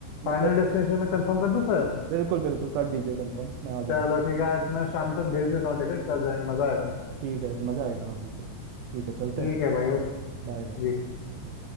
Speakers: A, on the right; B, on the left.
A: मेरे
B: फाइनल
A: को
B: डेस्टिनेशन में कंफर्म कर दूँ फिर
A: बिल्कुल बिल्कुल कर दीजिए कंफर्म मैं आ जाऊँगा
B: चलो ठीक है आज मैं शाम तक भेज देता हूँ टिकट कल जाएंगे मज़ा आएगा
A: ठीक है मज़ा आएगा हाँ बिल्कुल ठीक है चलते
B: ठीक
A: हैं
B: है भाई ओके
A: Bye bye
B: जी